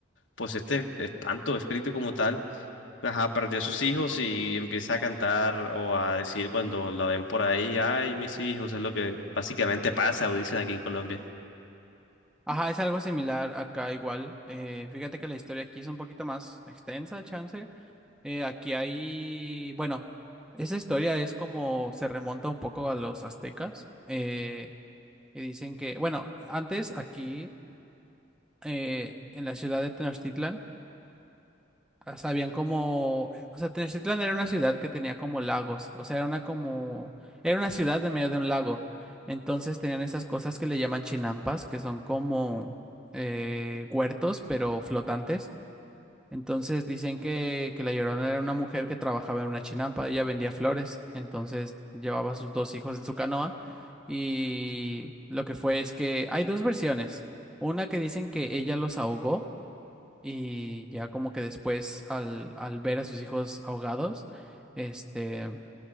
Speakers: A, on the left (about 75°); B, in the centre.
A: pues este espanto, espíritu como tal, ajá, perdió a sus hijos y empieza a cantar o a decir cuando la ven por ahí, ay, mis hijos, es lo que básicamente pasa o dicen aquí en Colombia.
B: Ajá, es algo similar acá igual. Eh, fíjate que la historia aquí es un poquito más extensa, chance. Eh, aquí hay, bueno, esa historia es como se remonta un poco a los aztecas. eh, y dicen que, bueno, antes aquí eh, en la ciudad de Tenochtitlan, Ah, Sabían como, o sea, Tenochtitlan era una ciudad que tenía como lagos, o sea, era una como, era una ciudad en medio de un lago. Entonces tenían esas cosas que le llaman chinampas, que son como eh, huertos, pero flotantes. Entonces dicen que, que la Llorona era una mujer que trabajaba en una chinampa, ella vendía flores, entonces llevaba a sus dos hijos en su canoa y lo que fue es que hay dos versiones. Una que dicen que ella los ahogó y ya como que después al, al ver a sus hijos ahogados, este,